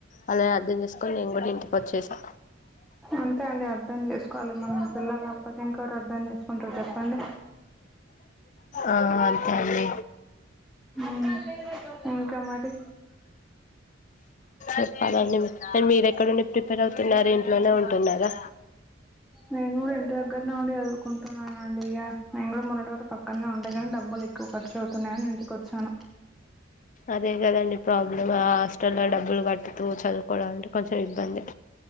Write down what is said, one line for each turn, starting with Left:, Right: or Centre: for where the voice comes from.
Left: అలా అర్థం చేసుకొని నేను కూడా ఇంటికి వచ్చేసా
Centre: అంతే అండి అర్థం చేసుకోవాలి మన పిల్లలు అప్పతే ఇంకెవరు అర్థం చేసుకుంటారు చెప్పండి
Left: ఆ అంతే అండి
Centre: ఉమ్ ఇంకా మరి
Left: చెప్పదండి అ మీర్ ఎక్కడ నుండి ప్రిపేర్ అవుతు తిన్నారా ఇంట్లోనే ఉంటున్నారా
Centre: నేను గూడా ఇంటి దగ్గరనే ఉండి చదువుకుంటున్నాను అండి ఇగ నేను కూడా మొన్నటి వరకు పక్కనే ఉండే గాన్ డబ్బులు ఎక్కువఖర్చు అవుతున్నాయని ఇంటికొచ్చాను
Left: అదే గదండి ప్రాబ్లమ్ ఆ హాస్టల్ లో డబ్బులు కట్టుతూ చదువుకోవడం అంటు కొంచెం ఇబ్బందే